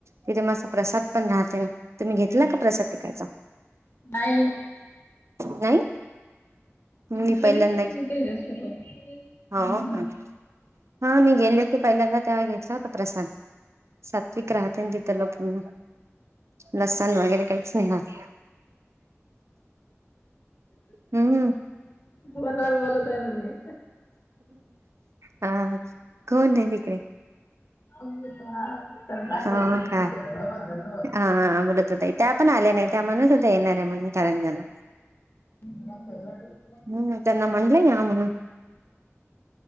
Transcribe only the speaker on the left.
नाही.
तिथे
गेलीच
नाही मी त्याच्यासोबत.
हम्म
बरोबर बोलतेय ना मी.
अमृतधाम दाखवलं
तिने,
व्हिडिओ कॉल मध्ये.
<unintelligible>